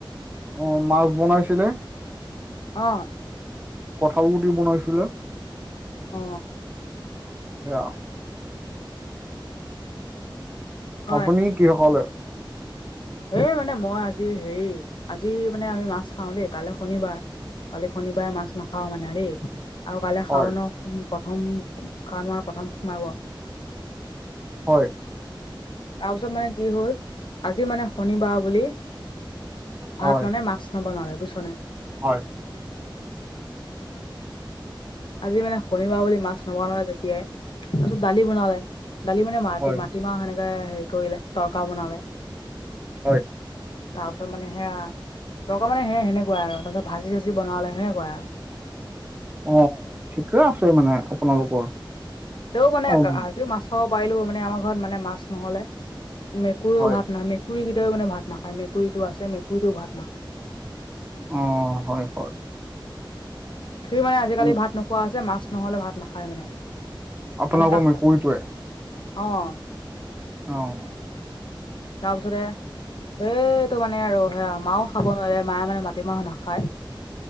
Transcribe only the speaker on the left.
অঁ'।
অ
হয়
এই মানে মই আজি হেৰি আজি মানে আমি মাছ খাওঁ দেই, কাইলে শনি বাৰ- কাইলৈ শনিবাৰে মাছ নাখাওঁ মানে আৰু দেই। আৰু কাইলৈ
খাওঁ ন' প্ৰথম সাওন মাহ প্ৰথম সোমাব।
তাৰপিছত মানে কি হ'ল আজি মানে শনিবাৰ বুলি
ভাত মানে মাছ বনালে বুইছনে।
আজি মানে শনিবাৰ বুলি মাছ নবনালে যেতিয়াই তাৰপিছত দালি বনালে। দালি মানে মাটি-মাটিমাহ
সেনেকে হেৰি কৰিলে তৰকা বনালে।
তাৰপিছত মানে সেইয়া তৰকা মানে সে-সেনেকুৱা আৰু তাৰ পাছত ভাজি চাজি বনালে সেনেকুৱাই আৰু।
তেও মানে
আজিও মাছ খাব পাৰিলো মানে আমাৰ ঘৰত মানে মাছ নহ'লে মেকুৰীও
ভাত না মেকুৰিকেইটাও ভাত নাখায়, মেকুৰীটো আছে মেকুৰীটো ভাত নাখায়।
সিও মানে আজিকালি
ভাত নোখোৱা হৈছে, মাছ নহ'লে ভাত নাখায় মানে।
মানে তাক
অঁ।
তাৰপিছতে সেইটো মানে আৰু সেয়া, মাও খাব নোৱাৰে, মায়ে মানে মাটিমাহো নাখায়।